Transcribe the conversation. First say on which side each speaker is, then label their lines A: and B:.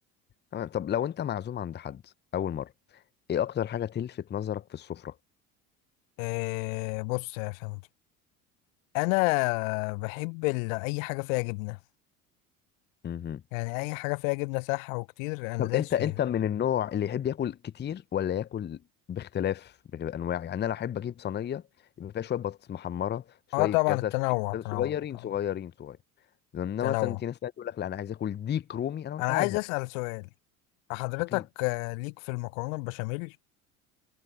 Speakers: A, on the left; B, on the left.
A: تمام طب لو انت معزوم عند حد اول مرة ايه اكتر حاجة تلفت نظرك في السفرة
B: إيه بص يا فندم انا بحب ال... اي حاجه فيها جبنه
A: مهم.
B: يعني اي حاجه فيها جبنه صح وكتير انا
A: طب
B: دايس
A: انت
B: فيها
A: انت من النوع اللي يحب ياكل كتير ولا ياكل باختلاف بانواع يعني انا احب اجيب صينية يبقى فيها شوية بطاطس محمرة شوية
B: اه طبعا
A: كذا
B: التنوع
A: شوية كذا،
B: تنوع
A: صغيرين
B: طبعا
A: صغيرين صغيرين لان
B: تنوع
A: مثلا في ناس تانية تقول لك لا انا عايز اكل ديك رومي انا اقول
B: انا
A: لك
B: عايز
A: انا ازهق
B: اسال سؤال حضرتك
A: اكيد
B: آه، ليك في المكرونه البشاميل